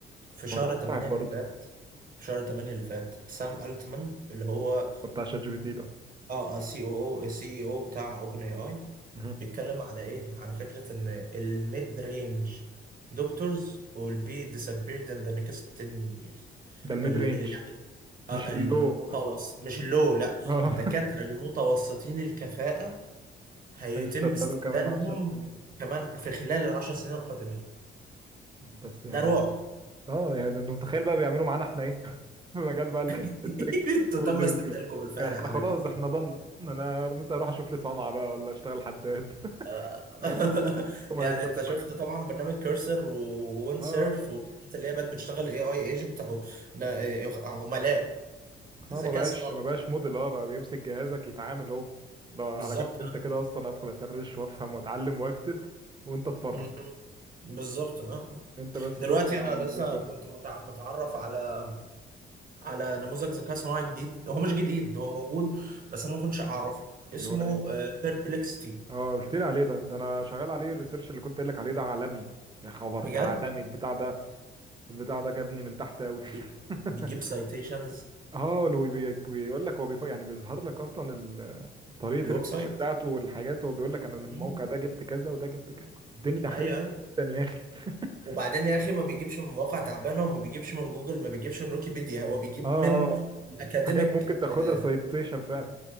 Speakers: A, on the right; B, on the right.
A: في شهر
B: موضوع
A: 8
B: مرعب برضه
A: اللي فات في شهر 8 اللي فات سام التمان اللي هو
B: بتاع شات جي بي تي ده
A: اه سي او او سي اي او بتاع اوبن اي اي
B: مهم.
A: بيتكلم على ايه على فكرة ان الميد رينج دكتورز will be disappeared in the next 10 years
B: ده الميد
A: ال
B: رينج
A: ال يعني آه
B: مش اللو
A: المتوسط مش اللو لا
B: اه
A: الدكاترة
B: <laughs>
A: المتوسطين الكفاءة هيتم
B: هيستبدلوا
A: استبدالهم
B: كمان عشر سنين
A: كمان في خلال العشر سنين القادمين
B: بس يعني
A: ده رعب
B: اه يعني ده انت متخيل بقى بيعملوا معانا احنا ايه <laughs> مجال بقى ال-
A: <laughs>
B: <laughs> التك
A: انتوا
B: كودينج
A: تم استبدالكم بالفعل
B: احنا
A: يا حبيبي
B: خلاص احنا ضن انا مثلا اروح اشوف لي صنعة بقى ولا اشتغل حداد <laughs>
A: <laughs>
B: يعني ما
A: يعني
B: هيستبدل
A: انت شفت
B: مكانها
A: طبعا برنامج كيرسر ووينسيرف
B: اه
A: والحاجات اللي هي بقت بتشتغل اي اي ايجنت او نا- عملاء
B: اه
A: ذكاء
B: ما بقاش
A: صناعي
B: ما بقاش موديل اه بقى بيمسك جهازك يتعامل هو ده
A: بالظبط
B: على جنب انت
A: اه.
B: كده اصلا ادخل اسرش وافهم واتعلم واكتب وانت اتفرج
A: مم. بالظبط اه
B: انت بس
A: دلوقتي
B: شكرا
A: انا
B: على الريسورس
A: لسه كنت متع- متعرف على على نموذج ذكاء صناعي جديد هو مش جديد هو موجود بس انا ما كنتش اعرفه اسمه
B: اللي هو ايه
A: بيربلكستي
B: اه قلت لي عليه ده ده انا شغال عليه الريسيرش اللي كنت قايل لك عليه ده عالمي يا خبر
A: بجد
B: ده عالمي البتاع ده البتاع ده جابني من تحت أوي
A: بي-
B: <laughs>
A: بيجيب سايتيشنز
B: اه لو بي- بيقول لك هو بيف... يعني بيظهر لك اصلا ال- طريقه
A: الويب
B: الريسيرش
A: سايت
B: بتاعته والحاجات هو بيقول لك انا من الموقع
A: مم.
B: ده جبت كذا وده جبت كذا الدنيا حلوه
A: ايوه ايوه
B: جدا يا اخي <laughs>
A: وبعدين يا اخي ما بيجيبش من مواقع تعبانه وما بيجيبش من جوجل ما بيجيبش من ويكيبيديا هو بيجيب
B: اه
A: من
B: اه
A: اكاديميك
B: حاجات ممكن تاخدها
A: اه
B: سايتيشن فعلا